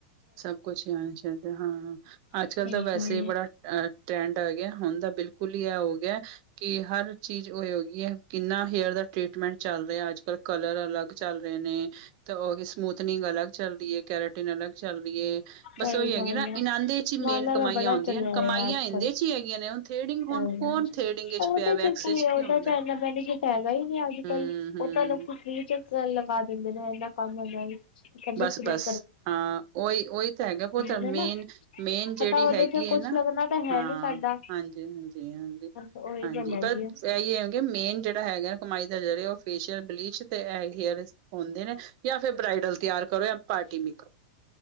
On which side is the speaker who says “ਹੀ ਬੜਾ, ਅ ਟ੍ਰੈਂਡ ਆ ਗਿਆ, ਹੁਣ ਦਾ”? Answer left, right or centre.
Right